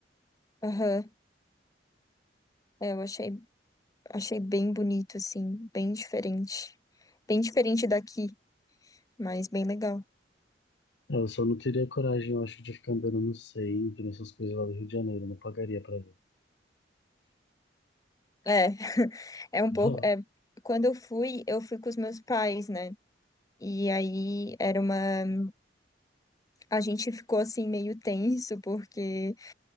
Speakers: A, on the left (about 20°); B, on the left (about 70°).
A: Aham. É, eu achei, achei bem bonito, assim, bem diferente. Bem diferente daqui, mas bem legal.
B: É, Eu só não teria coragem, eu acho, de ficar andando no centro, nessas coisas lá do Rio de Janeiro. Eu não pagaria pra ver.
A: É, <laughs> é um
B: <laughs>
A: pouco. É,
B: Ah,
A: quando eu fui, eu fui com os meus pais, né? E aí era uma. A gente ficou assim meio tenso, porque